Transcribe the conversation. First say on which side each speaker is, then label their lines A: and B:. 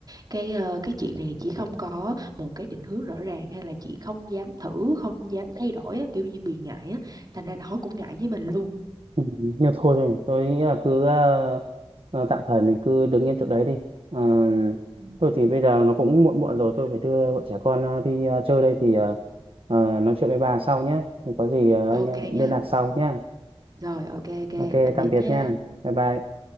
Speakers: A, on the right; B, on the right.
A: cái ờ, cái chị này chỉ không có một cái định hướng rõ ràng hay là chị không dám thử không dám thay đổi á, kiểu như bị ngại á thành ra là họ cũng ngại với mình luôn
B: Ừ, nhưng thôi rồi, tôi nghĩ là cứ ờ, ờ, tạm thời mình cứ đứng yên chỗ đấy đi. Ờ,
A: Ừ.
B: thôi thì bây giờ nó cũng muộn muộn rồi, tôi phải đưa bọn trẻ con ờ, đi ờ, chơi đây thì ờ, ờ, nói chuyện với bà sau nhé. Thì có gì ờ,
A: Ok
B: anh ờ,
A: nhá.
B: liên lạc sau nhé.
A: rồi ok ok
B: Ok,
A: tạm
B: tạm
A: biệt
B: biệt
A: nha
B: nha. Bye bye.